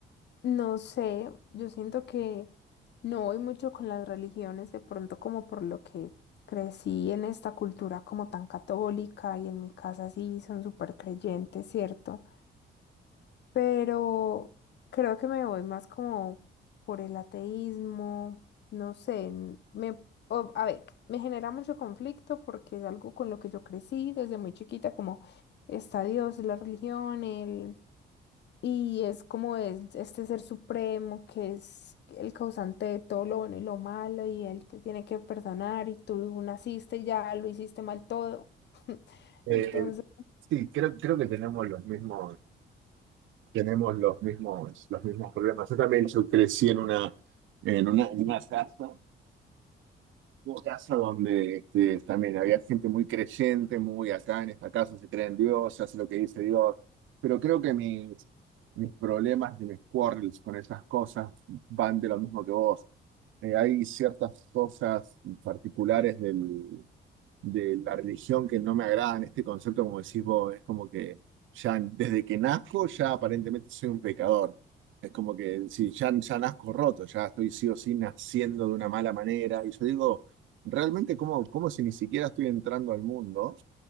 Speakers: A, on the left (about 60°); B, on the right (about 75°).
A: no sé, yo siento que no voy mucho con las religiones, de pronto como por lo que crecí en esta cultura como tan católica y en mi casa sí son súper creyentes, ¿cierto? Pero creo que me voy más como por el ateísmo, no sé, n- me, o- a ver, me genera mucho conflicto porque es algo con lo que yo crecí desde muy chiquita, como está Dios, la religión, el y es como es este ser supremo que es el causante de todo lo bueno y lo malo y él te tiene que perdonar y tú naciste y ya lo hiciste mal todo. <laughs>
B: Eh,
A: Entonces,
B: sí, creo, creo que tenemos los mismos, tenemos los mismos, los mismos problemas. Yo también, Yo crecí en una, en una, en una casa Una casa donde este, también había gente muy creyente, muy acá en esta casa se cree en Dios, se hace lo que dice Dios. Pero creo que mis, mis problemas y mis quarrels con esas cosas van de lo mismo que vos. Eh, hay ciertas cosas particulares del, de la religión que no me agradan, este concepto, como decís vos, es como que ya desde que nazco, ya aparentemente soy un pecador. Es como que si ya, ya nazco roto, ya estoy sí o sí naciendo de una mala manera. Y yo digo, realmente, ¿cómo, cómo si ni siquiera estoy entrando al mundo?